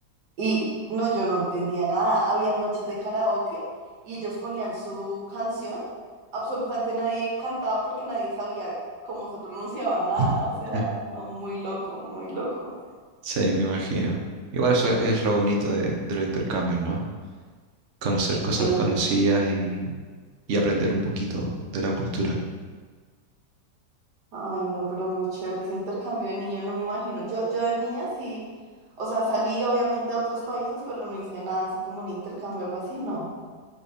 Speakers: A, on the right (about 80°); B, on the right (about 50°).
A: Y no, yo no entendía nada. Había noches de karaoke y ellos ponían su canción. Absolutamente nadie cantaba porque nadie sabía cómo se pronunciaba nada.
B: <laughs>
A: O sea, no, muy loco, muy loco.
B: Sí, me imagino. Igual eso es lo bonito de, de los intercambios, ¿no? Conocer cosas
A: Sí.
B: desconocidas y, y aprender un poquito de la cultura.
A: Ay, no, pero muy chévere ese intercambio de niños, no me imagino. Yo, yo de niña sí, o sea, salí obviamente a otros países, pero no hice nada así como un intercambio o algo así, no.